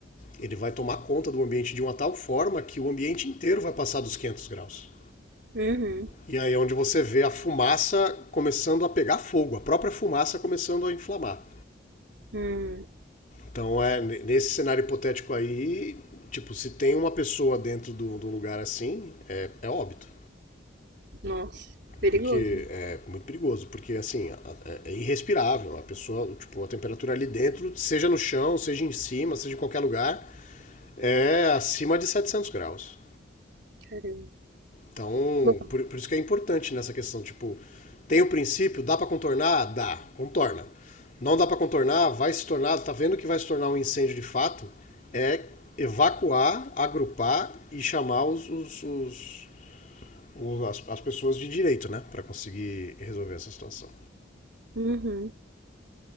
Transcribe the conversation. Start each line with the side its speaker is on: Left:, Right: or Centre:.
Left: ele vai tomar conta do ambiente de uma tal forma que o ambiente inteiro vai passar dos 500 graus.
Right: uhum,
Left: E aí é onde você vê a fumaça começando a pegar fogo, a própria fumaça começando a inflamar.
Right: uhum.
Left: Então, é nesse cenário hipotético aí, tipo, se tem uma pessoa dentro do, do lugar assim, é, é óbito.
Right: Nossa, perigoso.
Left: Porque
Right: né?
Left: é muito perigoso, porque assim, é, é irrespirável. A pessoa, tipo, a temperatura ali dentro, seja no chão, seja em cima, seja em qualquer lugar, é acima de 700 graus.
Right: Caramba.
Left: Então,
Right: Bom,
Left: por, por isso que é importante nessa questão, tipo, tem o princípio, dá para contornar? Dá, contorna. Não dá para contornar, vai se tornar, tá vendo que vai se tornar um incêndio de fato? É evacuar, agrupar e chamar os, os- os- os- as, as pessoas de direito, né? Para conseguir resolver essa situação.
Right: Uhum,